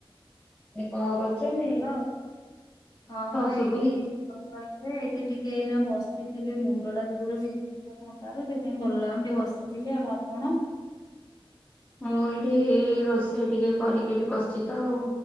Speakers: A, on the left (about 15°); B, on the left (about 45°).
A: ଏ କଣ କରୁଚନ୍ତି?
B: ହ୍ୟାଲୋ! ହଁ,
A: ଶୁଭୁନି
B: ଏଇଠି ଟିକେ କଣ କହିଲେ ଏଇଠି ଟିକେ ଏଇନା ବସିଥିଲି ମୁଣ୍ଡ ଟା ଯୋଉରେ ବିନ୍ଧୁଚି ଥଣ୍ଡାରୁ ସେଇଥିପାଇଁ ଭଲ ଲାଗୁନ ଟିକେ ବସିଥିଲି ଆଉ ଆପଣ?
A: ମୁଁ ଏଠି ରୋଷେଇ ଟିକେ କରିକି ଏଠି ବସିଚି ତ ଆଉ।